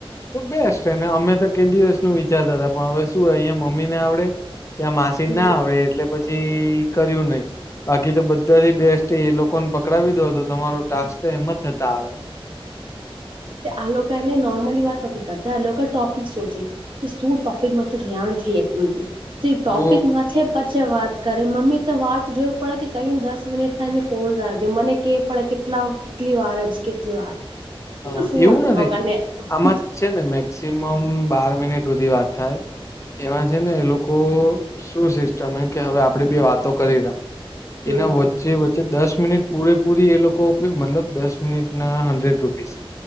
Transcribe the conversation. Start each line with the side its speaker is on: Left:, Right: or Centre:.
Left: તો બેસ્ટને અમે તો કે દિવસનું વિચારતા હતા પણ હવે શું અહીંયા મમ્મી ને આવડે ત્યાં માસીને
Right: હમ
Left: ના આવડે એટલે પછી કર્યું નહી. બાકી તો બધાથી બેસ્ટ એ લોકોને પકડાવી દો તો તમારો ટાસ્ક તો એમ જ થતા આવે.
Right: કે આ લોકાને નોર્મલી વાત નથી કરતા આ લોકા ટોપિક સોચે. કે શું ટોપિકમાંથી રેયાણ થઈ હકે એવી તે ટોપિકમાંથે
Left: ઓ
Right: પછે વાત કરે મમ્મી તો વાટ જોવે પડયા કે કઈ દસ મિનિટ થાયને ફોન રાગે મને કે પણ કેટલા કેટલી વાર હજી કેટલી વાર
Left: હા
Right: એ તો શું
Left: એવું
Right: હતું
Left: નથી
Right: <unintelligible>
Left: આમાં છે ને મેક્સિમમ બાર મિનિટ હુધી વાત થાય. એમાં છે ને એ લોકો શું સિસ્ટમ હેકે હવે આપણેે બે વાતો કરીરા
Right: હમ
Left: એના વચ્ચે વચ્ચે દસ મિનિટ પૂરેપૂરી એ લોકો આપે મતલબ દસ મિનિટના હન્ડ્રેડ રૂપ પીસ